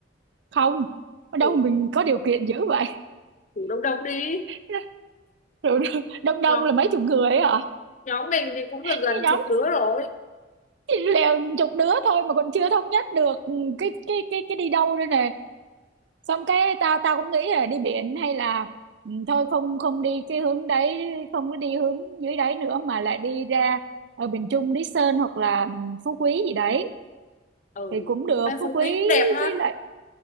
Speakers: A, on the right; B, on the left.
A: không ở
B: Ừ,
A: đâu mình có điều kiện dữ vậy
B: thử đông đông đi.
A: <laughs> rồi đông đông
B: Nhóm,
A: là mấy chục người ấy hả
B: nhóm mình thì cũng được gần
A: như nhóm
B: chục đứa rồi.
A: chỉ lèo chục đứa thôi mà còn chưa thống nhất được ừ, cái cái cái cái đi đâu đây nè xong cái tao tao cũng nghĩ là đi biển hay là ừ, thôi không không đi cái hướng đấy không có đi hướng dưới đấy nữa mà lại đi ra ở miền Trung Lý Sơn hoặc là ừ, Phú Quý gì đấy
B: Ừ.
A: thì cũng được
B: Em
A: Phú
B: Phú
A: Quý
B: Quý cũng đẹp ha.
A: với lại